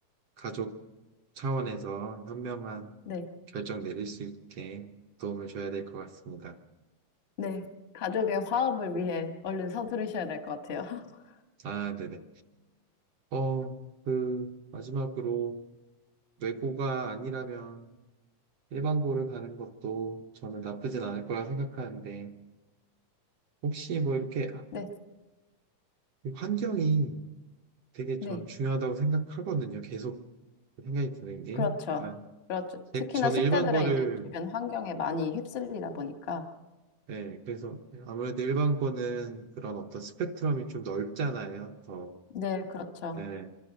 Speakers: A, on the right (about 60°); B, on the left (about 40°).
A: 가족 차원에서 현명한
B: 네,
A: 결정 내릴 수 있게 도움을 줘야 될 것 같습니다.
B: 네. 가족의 화합을 위해 얼른 서두르셔야 될 것 같아요. <laughs>
A: 아, 네네. 어, 그, 마지막으로 외고가 아니라면 일반고를 가는 것도 저는 나쁘진 않을 거라 생각하는데, 혹시 뭐 이렇게 아,
B: 네,
A: 환경이 되게 전
B: 네.
A: 중요하다고 생각하거든요. 계속 생각이 드는 게.
B: 그렇죠.
A: 그냥
B: 그렇죠.
A: 제-
B: 특히나
A: 저는
B: 10대들은
A: 일반고를,
B: 이제 주변 환경에 많이 휩쓸리다 보니까.
A: 네, 그래서 아무래도 일반고는 그런 어떤 스펙트럼이 좀 넓잖아요. 더.
B: 네, 그렇죠.
A: 예,